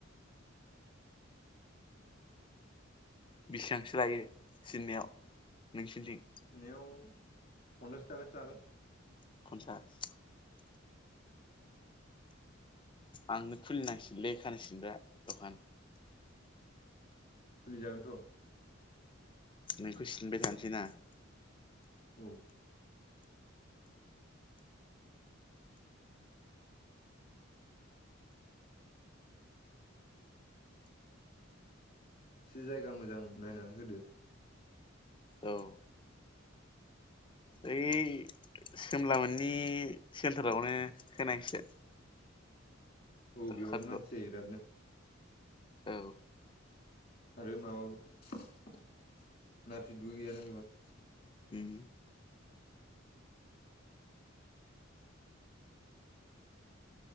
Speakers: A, on the left (about 25°); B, on the left (about 50°).
A: बेसेबांसो लायो सिननायाव नोंसिनिथिं?
B: सिननायाव पन्सास थाखासो लागोन
A: <unintelligible> आंनो खुलिनांसिगोनलै खानाय सिनग्रा दखान
B: खुलिजागोनथ'
A: नोंखौ सिनबाय थानोसै ना
B: औ एसे जायगा मोजां नायनानै होदो।
A: औ ओइ सोमला मोननि सेन्टारावनो होनांसिगोन
B: औ बेवहायनो
A: दखानखौ
B: मानसि जायो बिरादनो
A: औ
B: आरो माबाबो ना फिदबो गैयाना बेवहाय
A: उम